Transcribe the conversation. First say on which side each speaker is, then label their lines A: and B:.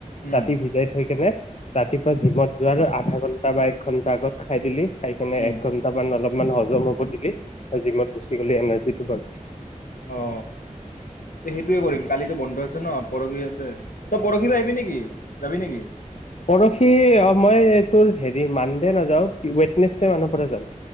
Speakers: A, on the left; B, on the left.
A: উম
B: ৰাতি ভিজাই থৈ কেনে ৰাতিপুৱা জিমত যোৱাৰ আধা ঘন্টা বা এক ঘন্টা আগত খাই দিলি খাই কিনে
A: উম
B: একঘন্ট মান অলপমান হজম হ জিমত গুচ গলি এনাৰজি তোপাত
A: অ সেইটোৱে কৰিম কালিতো বন্ধ আছে ন পৰহি আছে তই পৰহি পৰা আহিবি নেকি যাবি নেকি
B: পৰশি মই এই তোৰ হেৰি মান নাযাও ৱেত্নেছ দে মান পৰা যাওঁ